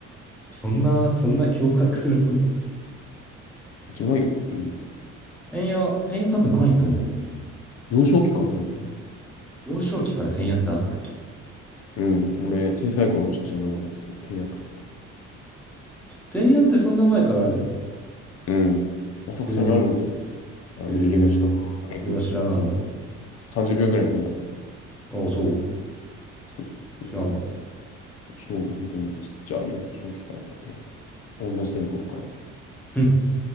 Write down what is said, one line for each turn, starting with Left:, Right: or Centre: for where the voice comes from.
Centre: そんな、そんな驚愕するほど。
Left: めっちゃうまいよ。うん。
Centre: 天て天や多分ないと思う。
Left: 幼少期から食べてるわ。
Centre: 幼少期から天やってあったっけ
Left: うん。俺、小さい頃の写真が残ってて、天安食ってた。
Centre: 天 <laughs> やってそんな前からある
Left: うん。浅草にあるんですよ。
Centre: へえ、
Left: あの、
Centre: へえ、
Left: 家の近く歩いてさ
Centre: それは知らなんだ。
Left: 30秒ぐらいのところにあって。
Centre: ああ、そう。
Left: そうそうそう。
Centre: 知らんかった。
Left: 小本当にちっちゃい幼少期から食ってます。同じ店舗から。
Centre: ふん